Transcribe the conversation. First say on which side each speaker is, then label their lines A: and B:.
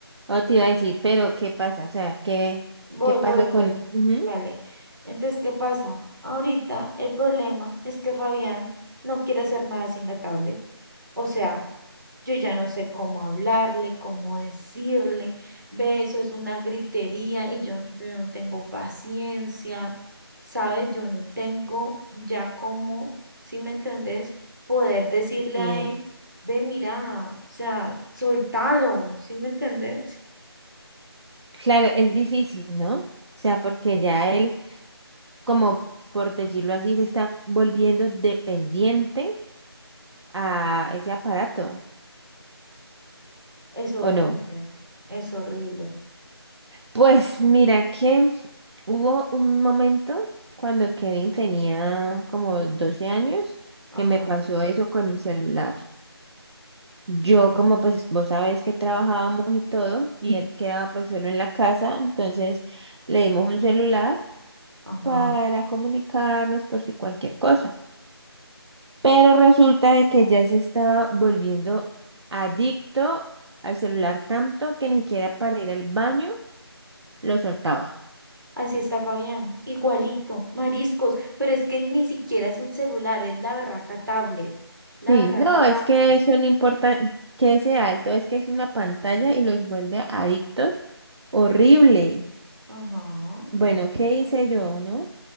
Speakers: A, on the right; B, on the right.
A: o te iba a decir, pero ¿qué pasa? O sea, ¿qué,
B: voy,
A: qué pasó
B: voy, voy,
A: con...? Ujú.
B: ¿vale? Entonces, ¿qué pasa? Ahorita el problema es que Fabián no quiere hacer nada sin la tablet. O sea, Yo ya no sé cómo hablarle, cómo decirle, ve, eso es una gritería y yo, yo no tengo paciencia, ¿sabes? Yo no tengo ya cómo, si me entendés, poder decirle
A: Y
B: a él, ve, mira, o sea, soltalo, ¿sí me entendés?
A: claro, es difícil, ¿no? O sea, porque ya él, como por decirlo así, se está volviendo dependiente a ese aparato,
B: Es horrible,
A: ¿o no?
B: es horrible.
A: Pues mira que hubo un momento cuando Kevin tenía como 12 años
B: Ajá,
A: que me pasó eso con el celular. Yo como pues vos sabés que trabajábamos y todo y él quedaba pues solo en la casa, entonces le dimos un celular
B: ajá.
A: para comunicarnos por si cualquier cosa. Pero resulta de que ya se estaba volviendo adicto al celular tanto que ni siquiera para ir al baño lo soltaba.
B: Así está Fabián, igualito, mariscos, pero es que ni siquiera es un celular, es la berraca tablet, la
A: Sí,
B: berraca
A: no,
B: tablet.
A: es que son importantes, que ese alto es que es una pantalla y los vuelve adictos. Horrible.
B: Ajá,
A: Bueno,
B: de acuerdo.
A: ¿qué hice yo, no?